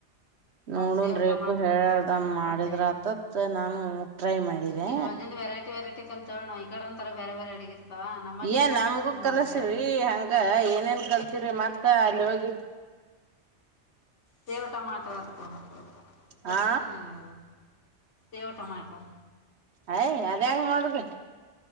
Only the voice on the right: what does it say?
ನೋಡನ್
ರೇಕು
ಹೇಳ್ದಮ್
ಮಾಡಿದ್ರ
ಆತತ್ ನಾನು ಟ್ರೈ ಮಾಡಿದೆ
ಏ
ನಮ್ಗೂ
ಕಲ್ಸ್ರಿ
ಹಂಗ ಏನೇನ್ ಕಳ್ತಿರಿ ಮತ್ ತಾ ಅಲ್ಲಿ ಹೋಗಿ
ಹಾ
ಅಯ್ ಅದು ಹೆಂಗ ಮಾಡುದು